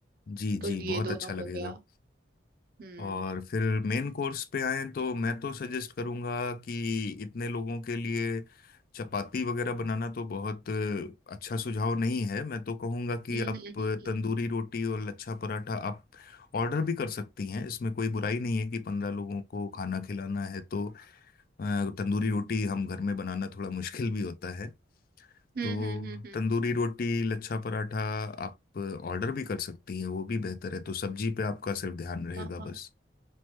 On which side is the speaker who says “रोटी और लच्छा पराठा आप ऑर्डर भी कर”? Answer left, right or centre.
Left